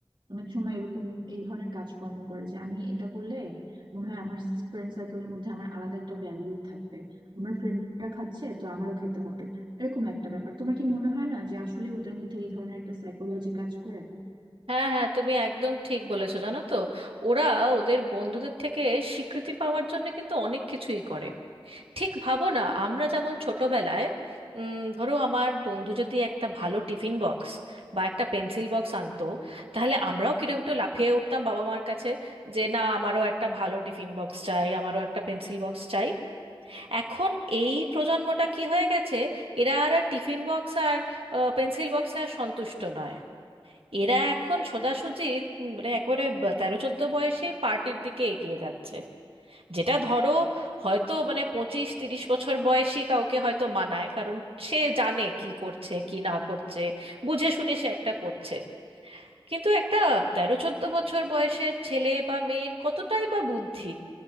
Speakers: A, on the right; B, on the right.
A: অনেক সময় এরকম এই ধরনের কাজকর্ম করে যে আমি এটা করলে মনে হয় আমার ফ্রেন্ড সার্কেলের মধ্যে আমার আলাদা একটা ভ্যালিউ থাকবে আমার ফ্রেন্ডরা খাচ্ছে তো আমারও খেতে হবে এরকম একটা ব্যাপার তোমার কি মনে হয় না যে আসলে ওদের মধ্যে এই ধরনের একটা সাইকোলজি কাজ করে
B: হ্যাঁ হ্যাঁ তুমি একদম ঠিক বলেছো জানো তো ওরা ওদের বন্ধুদের থেকে স্বীকৃতি পাওয়ার জন্য কিন্তু অনেক কিছুই করে ঠিক ভাবো না আমরা যেমন ছোটবেলায় উম, ধরো আমার বন্ধু যদি একটা ভালো টিফিন বক্স বা একটা পেন্সিল বক্স আনতো তাহলে আমরাও কিরকম একটু লাফিয়ে উঠতাম বাবা মার কাছে যে না আমারও একটা ভালো টিফিন বক্স চাই আমারও একটা পেন্সিল বক্স চাই এখন এই প্রজন্মটা কি হয়ে গেছে এরা আর টিফিন বক্স আর পেন্সিল বক্সে আর সন্তুষ্ট নয় এরা এখন সোজাসুজি উম, মানে একেবারে তেরো চোদ্দ বয়সেই পার্টির দিকে এগিয়ে যাচ্ছে যেটা ধরো হয়তো মানে পঁচিশ তিরিশ বছর বয়সী কাউকে হয়তো মানায় কারণ সে জানে কি করছে কি না করছে বুঝে শুনে সে একটা করছে কিন্তু একটা তেরো চোদ্দ বছর বয়সের ছেলে বা মেয়ের কতটাই বা বুদ্ধি